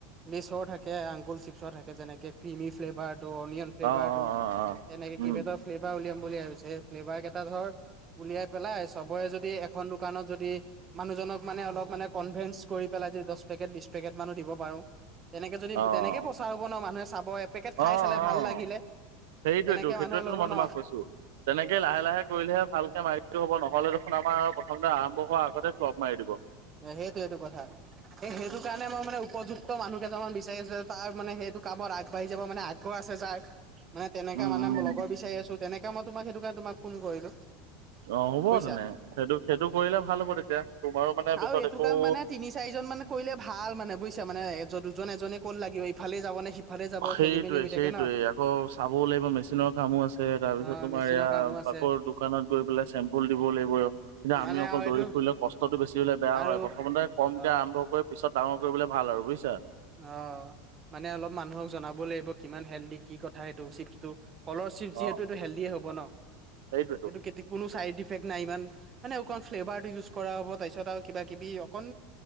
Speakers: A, on the right (about 30°); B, on the right (about 75°).
A: লেচৰ থাকে আংগুল চিপছৰ থাকে যেনেকে ক্ৰিমি। টো ফেলভাৰটো অনিয়ন ফেলছভাৰটো
B: অ অ অ অ
A: তেনেকৈ
B: উম
A: কেবাটাও ফেললভাৰ উলিয়ায়। বুলি ভাবিছে ফ্লেভাৰ কেইটা ধৰ উলিয়াই পেলাই চবৰে যদি এখন দোকানত যদি মানুহজনক মানে অলপ মানে কনভিনস কৰি পেলাই। দচ পেকেট, বিচ্ছ পেকেট দিব পাৰো তেনেকে।
B: অ অ
A: তেনেকে প্ৰচাৰ হ'ব। চাব এপেকেট খাই
B: অ',
A: চালে ভাল
B: অ
A: লাগিলে
B: সেইটোয়ে
A: তেনেকে
B: সেইটোয়ে
A: মানুহে ল'ব
B: মই
A: ন
B: তোমাক কৈছো। তেনেকেই লাহে লাহে কৰিলেহে ভালকে মাৰি। টো হ'ব নহ'লে দেখোন আমাৰ প্ৰথমতে আৰম্ভ হোৱাৰ আগতে প্লব মাৰি দিব।
A: সেইটো এইটো কথা। সেই সেইটো কাৰণে মই মানে উপযুক্ত মানুহ কেইজনামমান বিচাৰিছো তাৰ মানে সেইটো কাম আগবাঢ়ি যাব মানে আগ্ৰহ আছে। য মানে তেনেকা
B: উম
A: মানে
B: উম
A: লগৰ বিচাৰি আছো তেনেককাে মই তোমাক সেইটো কাৰণে তোমাক ফোন কৰিলো
B: অ হ'ব
A: বুজিছা
B: তেনে সেইটো সেইটো কৰিলে ভাল হ'ব তেতিয়া তোমাৰো। মানে
A: আৰু
B: পিছত
A: এইটো
B: একো
A: কাম মানে তিনি চাৰিজন মানে কৰিলে ভাল মানে বুজিছে মানে এ দুজন এজনে ক'ত লাগিব ইফালে যাব নে সিফালে যাব
B: সেইটোয়ে
A: খেলি মেলি হৈ থাকে
B: সেইটোয়ে
A: ন
B: আকৌ চাবও লাগিব মেচিনৰ কামো আছে তাৰপিছত
A: অ
B: তোমাৰ
A: মেচিনৰ
B: এয়া
A: কামো আছে
B: বাকৰ দোকানত গৈ পেলাই চেম্পুল দিব লাগিব। আৰু কিন্তু আমি
A: মানে
B: অকল
A: আৰু
B: দৌৰি
A: এইটো
B: ফুৰিলে কষ্টতটো বেছি। লে বেয়া
A: আৰু
B: হয় প্ৰথমতে কমকে
A: অ
B: আৰম্ভ কৰি পিছত ডাঙৰ কৰিবলৈ ভাল আৰু বুজিছা।
A: অ মানে অলপ মানুহক জনাব লাগিব। কিমান হেল্ডি কি কথা সেইটো চিপছটো স্কলৰশ্বিপ
B: অ
A: যিহেতু এইটো হেল্ডিয়ে হ'ব ন
B: সেইটোৱেতো
A: এইটো কোনো চা ইফেক্ট নাই ইমান মানে অকণ ফ্লেভাৰটো ইউজ কৰা হ'ব। তাৰপিছত আৰু কিবা কিবি অকণ।